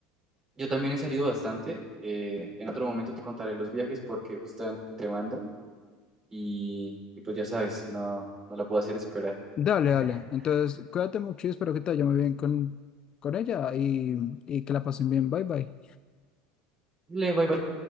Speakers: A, on the right (about 30°); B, on the left (about 40°).
A: Yo también he salido bastante. eh, en otro momento te contaré los viajes porque justamente te mando y, y pues ya sabes, no, no la puedo hacer esperar.
B: Dale,
A: <laughs>
B: dale. Entonces, cuídate mucho y espero que te vaya muy bien con, con ella y, y que la pasen bien. Bye, bye.
A: Dile, bye bye.